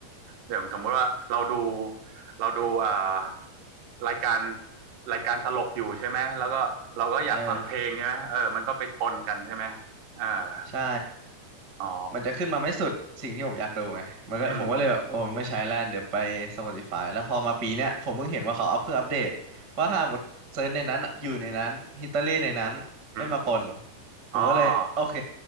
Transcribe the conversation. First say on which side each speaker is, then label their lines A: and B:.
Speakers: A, on the right; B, on the right.
A: อย่างสมมติว่าเราดูเราดูเอ่อรายการรายการตลกอยู่ใช่ไหมแล้วก็เราก็อยากฟังเพลงใช่ไหมเออมันก็ไปปนกันใช่ไหม
B: เออ
A: เออ
B: ใช่
A: อ๋อ
B: มันจะขึ้นมาไม่สุดสิ่งที่ผมอยากดูไงมันก็ผมก็เลยแบบโอ้ไม่ใช้แล้วเดี๋ยวไป
A: อืมอืม
B: Spotify แล้วพอมาปีเนี้ยผมเพิ่งเห็นว่าเขาอัพเพื่ออัปเดตว่าถ้าหมดเซิร์ชในนั้นอะอยู่ในนั้นฮิตเตอรี่ในนั้นไม่มาปน
A: อืม
B: ผมก็เลยโอเค
A: อ๋อ